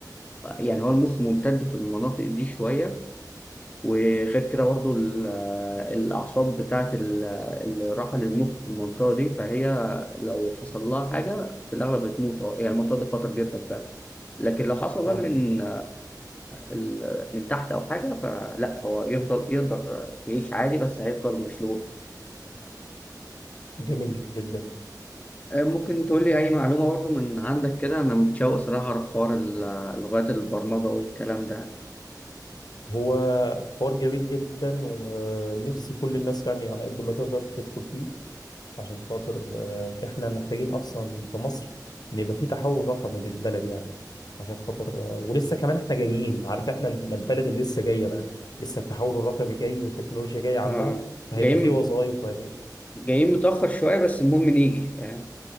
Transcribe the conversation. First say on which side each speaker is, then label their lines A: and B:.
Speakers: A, on the left; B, on the left.
A: آه، يعني هو المخ ممتد في المناطق دي شويه وغير كده برضو ال- الأعصاب بتاعة ال- الراحة للمخ في المنطقة دي فهي لو حصل لها حاجة في الأغلب بتموت أه يعني المنطقة دي خطر جدا فعلا لكن لو حصل بقى
B: آه،
A: من ال- ال- من تحت أو حاجة فلا فهو يفضل يقدر يعيش عادي بس هيفضل مشلول
B: جميل جدا
A: آه، ممكن تقول لي أي معلومة برضو من عندك كده أنا متشوق صراحة أعرف حوار ال- لغات البرمجة والكلام ده
B: هو حوار جميل جدا ونفسي كل الناس يعني على قد ما تقدر تدخل فيه عشان خاطر آه، احنا محتاجين اصلا في مصر ان يبقى في تحول رقمي للبلد يعني عشان خاطر آه، ولسه كمان احنا جايين عارف احنا البلد اللي لسه جايه بقى لسه التحول الرقمي جاي والتكنولوجيا جايه عندها
A: آه،
B: فهيبقى
A: جايين
B: في وظائف وهيبقى
A: جايين متأخر شوية بس المهم نيجي فاهم